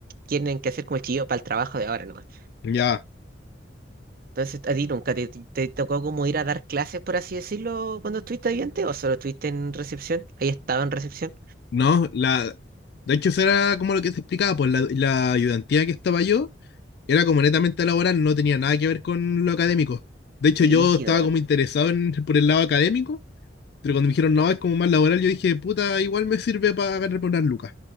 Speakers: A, on the right; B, on the left.
A: tienen que hacer como el chiquillo para el trabajo de ahora nomás.
B: Ya,
A: Entonces, ¿a ti nunca te, te- te tocó como ir a dar clases, por así decirlo, cuando estuviste estudiante o solo estuviste en recepción? ¿Ahí estaba en recepción?
B: no, la de hecho eso era como lo que te explicaba, pues la, la ayudantía que estaba yo era como netamente laboral, no tenía nada que ver con lo académico. De hecho
A: Brígido.
B: yo estaba como interesado en- por el lado académico, pero cuando me dijeron no, es como más laboral, yo dije, puta, igual me sirve para agarrar por unas lucas.